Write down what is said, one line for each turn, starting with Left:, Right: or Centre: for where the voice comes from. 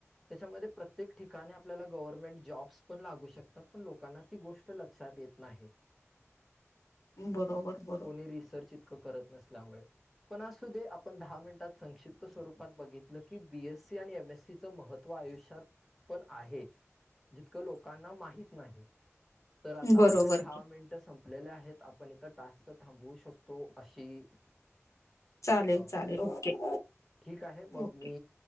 Centre: त्याच्यामध्ये प्रत्येक ठिकाणी गव्हर्नमेंट जॉब्स पण लागू शकतात पण ती गोष्ट लक्षात येत नाही
Left: बरोबर बरोबर
Centre: कोणी रिसर्च इतकं करत नसल्यामुळे. पण असु दे आपण दहा मिनिटात संक्षिप्त स्वरूपात बघितलं की बी एस सी आणि एम एस सीत महत्व आयुष्यात पण आहे जितकं लोकांना माहीत नाही. <inaudible> तर
Left: बरोबर.
Centre: आपले दहा मिनिटं संपलेले आहेत. आपण इथं टास्क थांबवू शकतो अशी <inaudible>
Left: चालेल
Centre: अ
Left: चालेल ओके.
Centre: ठीक आहे मग
Left: ओके
Centre: मी